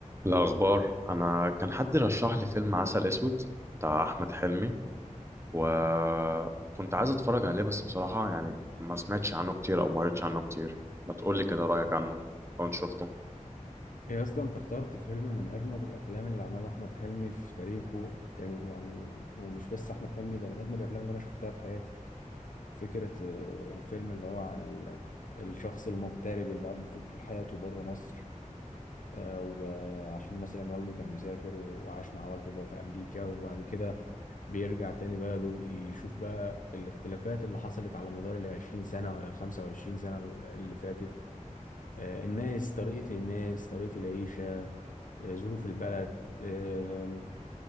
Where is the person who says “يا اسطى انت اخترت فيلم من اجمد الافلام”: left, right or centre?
Left